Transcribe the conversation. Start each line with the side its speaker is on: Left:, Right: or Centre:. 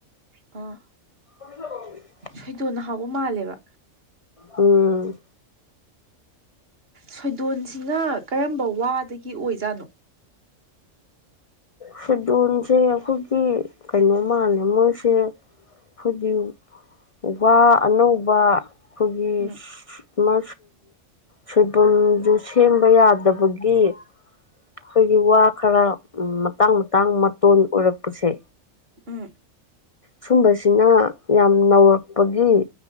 Right: ꯑ
Left: <unintelligible>
Right: ꯁꯣꯏꯗꯣꯟꯅ ꯍꯥꯎꯕ ꯃꯥꯜꯂꯦꯕ
Left: ꯎꯝ
Right: ꯁꯣꯏꯗꯣꯟꯁꯤꯅ ꯀꯔꯝꯕ ꯋꯥꯗꯒꯤ ꯑꯣꯏꯖꯥꯠꯅꯣ
Left: ꯁꯗꯣꯟꯁꯦ ꯑꯩꯈꯣꯏꯒꯤ ꯀꯩꯅꯣ ꯃꯥꯜꯂꯦ ꯃꯣꯏꯁꯦ ꯑꯩꯈꯣꯏꯒꯤ ꯋꯥ ꯑꯅꯧꯕ ꯑꯩꯈꯣꯏꯒꯤ
Right: ꯎꯝ
Left: ꯑꯃ ꯁꯣꯏꯕꯨꯝꯁꯨ ꯁꯦꯝꯕ ꯌꯥꯗꯕꯒꯤ ꯑꯩꯈꯣꯏꯒꯤ ꯋꯥ ꯈꯔ ꯃꯇꯥꯡ ꯃꯇꯥꯡ ꯃꯇꯣꯟ ꯑꯣꯏꯔꯛꯄꯁꯦ
Right: ꯎꯝ
Left: ꯁꯨꯝꯕꯁꯤꯅ ꯌꯥꯝ ꯅꯧꯔꯛꯄꯒꯤ